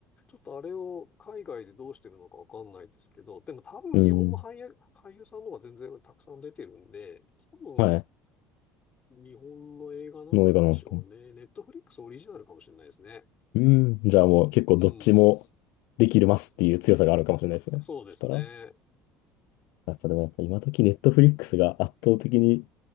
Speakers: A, on the left; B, on the left.
A: っとあれを海外でどうしてるのかわかんないですけど、でも多分日本の俳優、
B: うん。
A: 俳優さんの方が全然たくさん出てるんで、多
B: はい。
A: 日本の映画なんでしょうね。
B: の映画なんですか
A: ネットフリックスオリジナルかもしれないですね。
B: うん。じゃあもう結構どっちも
A: うん。
B: できるますっていう強さがあるかもしれないですね。
A: そうですね。
B: そしたら、やっぱでもやっぱ今時ネットフリックスが圧倒的に